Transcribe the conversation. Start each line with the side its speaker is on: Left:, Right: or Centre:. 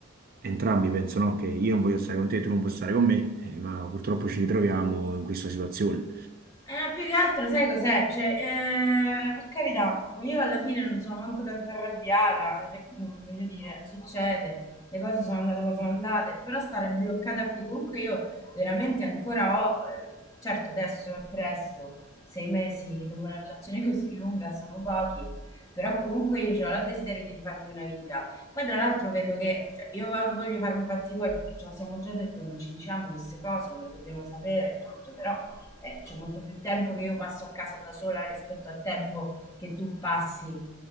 Right: entrambi pensano che io non voglio stare con te, tu non puoi stare con me, eh, ma purtroppo ci ritroviamo in questa situazione.
Left: Eh, più che altro, sai cos'è? Cioè, eh, per carità, io alla fine non sono manco tanto arrabbiata, le- mm, voglio dire, succede, le cose sono andate come sono andate, però stare bloccata qui, comunque io veramente ancora ho, eh, certo adesso è presto, sei mesi dopo una relazione <laughs> così lunga sono pochi, però comunque io cioè, ho il desiderio di rifarmi una vita. Poi tra l'altro vedo che, cioè, io non voglio farmi i fatti tuoi perché ce lo siamo già detto, non ci diciamo queste cose, non le dobbiamo sapere e tutto, però eh, c'è molto più tempo che io passo a casa da sola rispetto al tempo che tu passi